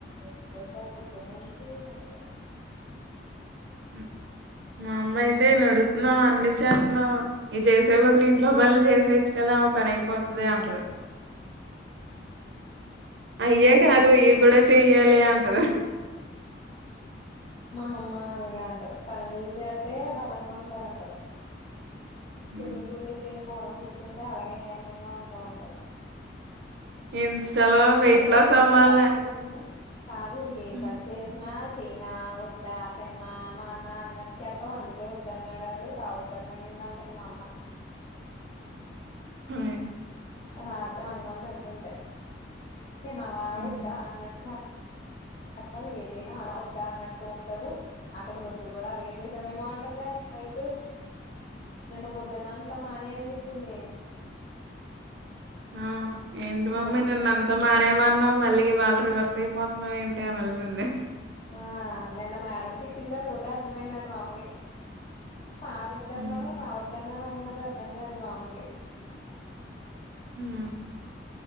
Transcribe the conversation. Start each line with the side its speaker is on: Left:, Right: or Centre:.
Left: ఏం చేసావు పొద్దున్న నుంచి అంటారు
Right: హ్మ్. మా అమ్మయితే నడుతు న్నా అన్ని చేస్తున్నావు ఇ చేసే బదులు ఇంట్లో పనులు చేసేయచ్చు కదా పనైపోతది అంటది అయ్యే
Left: ఈ పనులు
Right: కాదు ఇయ కూడా చెయ్యాలి అంటది
Left: మా అమ్మ అలగా అంటది పని చేతే బలంగా ఉంటారంటది
Right: హ్మ్.
Left: కొన్ని కొన్ని తిన మొళలు కూర్చుంటే అలాగే నేరసంగా ఉంటా ఉంటది
Right: ఇన్‌స్టాలో వెయిట్
Left: అద
Right: లాస్ అవ్వాల.
Left: ఏ పని చేసిన కాదు ఏ
Right: హ్మ్.
Left: పని చేసినా చీనా వద్ద తిన్న మా అన్న అన్నటు చేతం అందుకే వద్దని అడాడు రావద్దన్నాడు నిన్న అంటును మా అమ్మ
Right: ఆ
Left: రాత్రి అన్నం తంటంట నాాల
Right: హ్మ్.
Left: వద్ద నచ అత్తా ఏదైనా అ పొద్దా అన్నట్టు తోముతావు అక్కడ వర్క్ కూడా అలాగే చేసామేమో ఉంటుంద నైట్ నిన్న పొద్దున్నంత మాని అని చెప్పింది
Right: ఆ ఏంటి మమ్మీ
Left: నైట్
Right: నిన్న
Left: కి
Right: అంతా మారేమన్నా మళ్ళీ వాళ్ళు రివర్స్ అయిపోతున్నారు ఏంటి అ మలిసిందే
Left: ఆ నిన్న మేడం తిట్టిందా అ తోటే అర్థమైందండి మామగ మారు వద్దన్నారు
Right: హ్మ్.
Left: రావద్దన్నారు అన్న అన్నది అర్థం కలి మా అమ్మగే
Right: ఆ